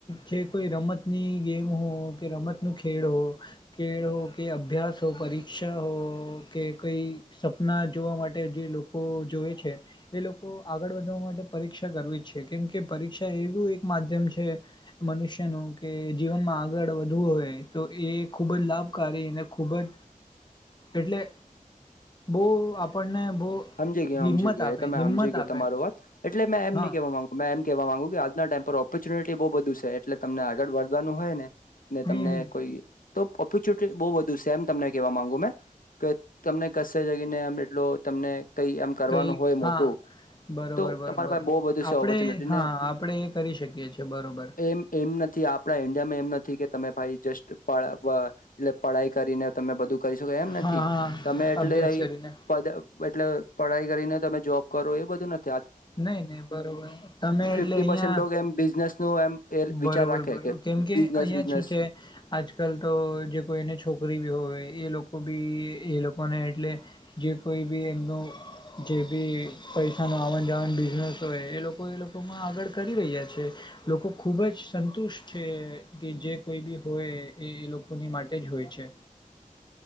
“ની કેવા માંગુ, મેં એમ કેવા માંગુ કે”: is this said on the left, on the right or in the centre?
Left